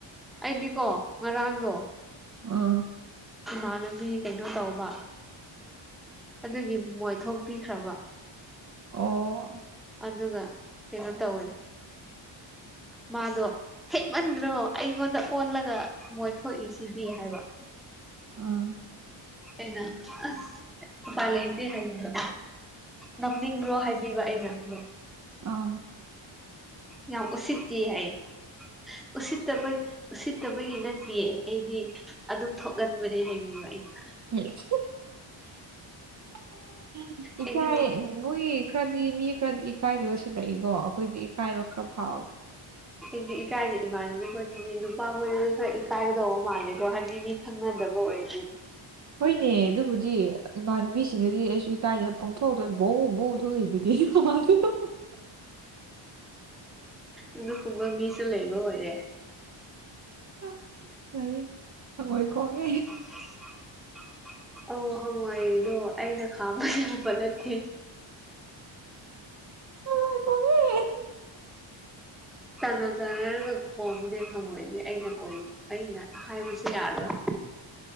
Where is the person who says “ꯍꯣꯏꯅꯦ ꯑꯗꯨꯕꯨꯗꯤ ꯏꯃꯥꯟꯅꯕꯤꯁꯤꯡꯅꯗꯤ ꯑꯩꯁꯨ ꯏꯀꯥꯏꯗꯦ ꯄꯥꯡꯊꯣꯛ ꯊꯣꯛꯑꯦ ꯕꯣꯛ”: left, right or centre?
Right